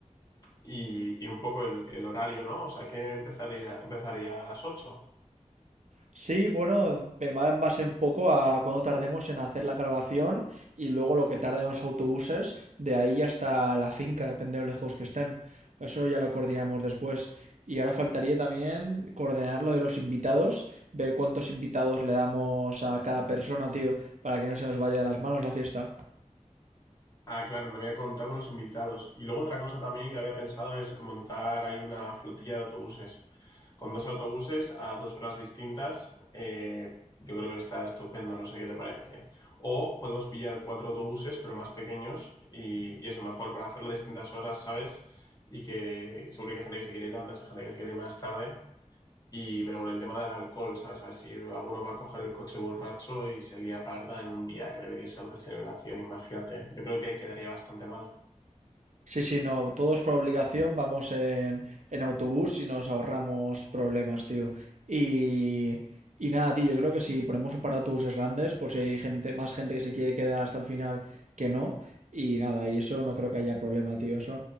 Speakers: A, on the left (about 30°); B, on the right (about 70°).
A: y, y un poco el, el horario, ¿no? O sea, que empezaría, empezaría a las ocho
B: Sí, bueno, me va en base un poco a cuando tardemos en hacer la grabación y luego lo que tarden los autobuses de ahí hasta la finca, depende de lo lejos que estén. Eso ya lo coordinamos después. Y ahora faltaría también coordinar lo de los invitados, ver cuántos invitados le damos a cada persona, tío, para que no se nos vaya de las manos la fiesta.
A: Ah, claro, no había contado con los invitados. Y luego otra cosa también que había pensado es montar ahí una flotilla de autobuses. con dos autobuses a dos horas distintas, eh, yo creo que está estupendo, no sé qué te parece. O podemos pillar cuatro autobuses, pero más pequeños, y, y eso mejor, para hacerlo a distintas horas, ¿sabes? Y que seguro que hay gente que se quiere ir antes, hay gente que se quiere ir más tarde. Y, pero con el tema del alcohol, ¿sabes? A ver si alguno va a coger el coche borracho y se lía parda en un día que debería ser de celebración, imagínate. Yo creo que quedaría bastante mal.
B: Sí, sí, no, todos por obligación vamos en, en autobús y nos ahorramos problemas, tío. Y, y nada, tío, yo creo que si ponemos un par de autobuses grandes, por si hay gente, más gente que se quiere quedar hasta el final que no. Y nada, y eso no creo que haya problema, tío. Eso